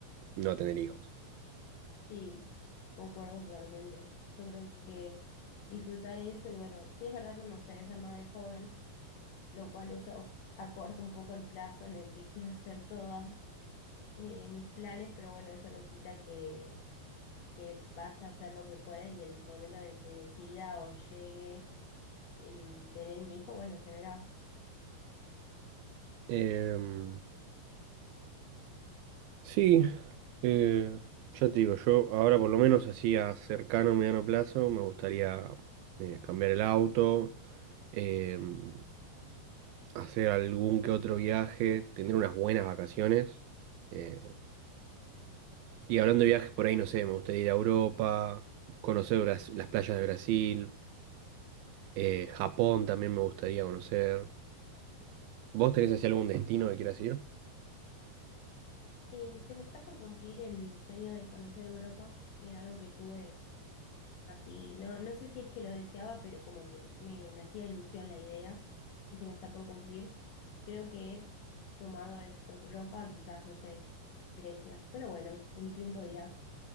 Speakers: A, on the right (about 80°); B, on the left (about 60°).
A: no tener hijos.
B: Sí, concuerdo totalmente. Yo creo que disfrutar eso y bueno, sí es verdad que me gustaría ser madre joven, lo cual eso acorta un poco el plazo en el que quiero <laughs> hacer todas eh, mis planes, pero bueno, eso no quita que, que vaya a hacer lo que pueda y el momento en el que decida o llegue el tener un hijo, bueno, se verá.
A: Em, sí, eh, ya te digo, yo ahora por lo menos así a cercano, mediano plazo, me gustaría eh, cambiar el auto, em, hacer algún que otro viaje, tener unas buenas vacaciones. eh, Y hablando de viajes por ahí, no sé, me gustaría ir a Europa, conocer Bras- las playas de Brasil, eh, Japón también me gustaría conocer. ¿Vos tenés hacia algún destino que quieras ir?
B: Eh, se me está por cumplir el sueño de conocer Europa, que era algo que tuve así, no, no sé si es que lo deseaba, pero como que me, me hacía ilusión la idea y se me está por cumplir. Creo que sumado a Europa, quizás, no sé, Grecia, pero bueno, el tiempo dirá.